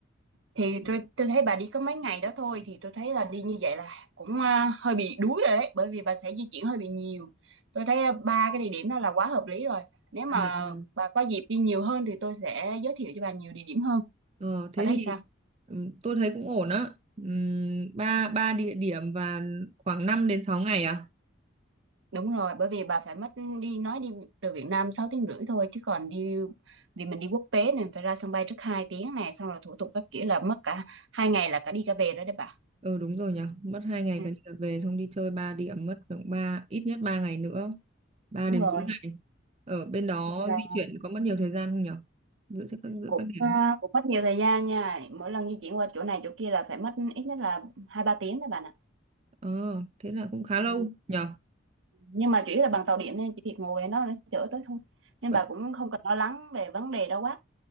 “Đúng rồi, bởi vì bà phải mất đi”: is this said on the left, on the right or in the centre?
Right